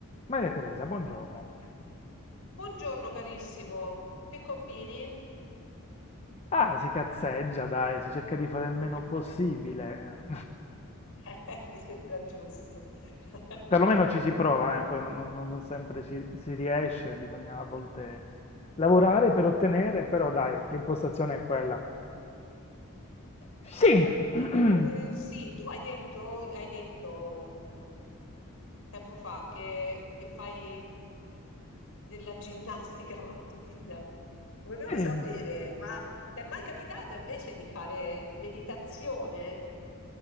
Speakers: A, on the left (about 30°); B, on the left (about 65°).
A: Maria Teresa, buongiorno.
B: Buongiorno carissimo, che combini?
A: Ah, si cazzeggia, dai, si cerca di fare il meno
B: Okay,
A: possibile.
B: <laughs> mi sembra giusto. <laughs>
A: Perlomeno ci si prova, eh, poi ma non, non- non sempre ci, si riesce, bisogna a volte lavorare per ottenere, però dai, l'impostazione è quella. Sì, <clears throat>
B: Ehm, sì, tu hai detto hai detto, mhmm, tempo fa che che fai della ginnastica <laughs> mattutina. Volevo
A: sì.
B: sapere, ma t'è mai capitato invece di fare meditazione?